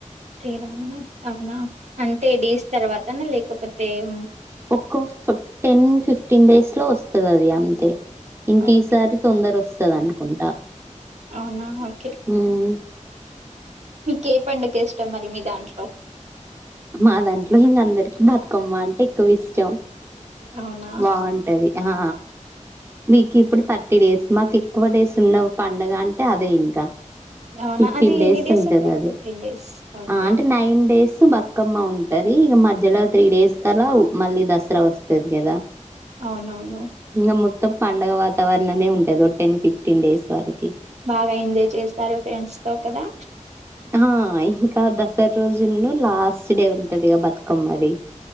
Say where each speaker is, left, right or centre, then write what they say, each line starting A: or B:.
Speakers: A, on the right; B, on the right.
A: శ్రీరామనవమి అవునా అంటే డేస్ తర్వాతనా లేకపోత్ ఏం
B: ఒకో టెన్ ఫిఫ్టీన్ డేస్ లో వస్తది అది అంతే ఇంక
A: ఓకే
B: ఈసారి తొందర వస్తుం కద అనుకుంటా
A: అవునా ఓకే
B: హ్మ్
A: మీకు ఏ పండుగ ఇష్టం మరి మీ దాంట్లో
B: మా దాంట్లో ఇంగ అందరికి బతుకమ్మ అంటే ఎక్కువ ఇష్టం
A: అవునా
B: బాగుంటది. ఆ మీకు ఇప్పుడు థర్టీ డేస్ మాకు ఎక్కువ డేస్ ఉన్న పండగ అంటే అదే ఇంకా
A: అవునా
B: ఫిఫ్టీన్
A: అది
B: డేస్
A: ఎన్ని
B: ఉంటది.
A: ఉంటాయి
B: అది
A: ఫిఫ్టీన్ డేస్ ఓకే
B: ఆ అంటే నైన్ డేస్ బతు తుకమ్మ ఉంటది ఇక మధ్యలో త్రీ డేస్ లావ్ మళ్ళీ దసరా వస్ ఉంటది కదా
A: అవునవును
B: ఇంగ మొత్తం పండుగ వాతావరణమే ఉంటది ఒకటి టెన్ ఫిఫ్టీన్ డేస్ వరకి
A: బాగా ఎంజాయ్ చేస్తారు ఫ్రెండ్స్ తో కదా
B: ఆ ఇంకా దసరా రోజును లాస్ట్ డే ఉంటదిగా బతుకమ్మ అది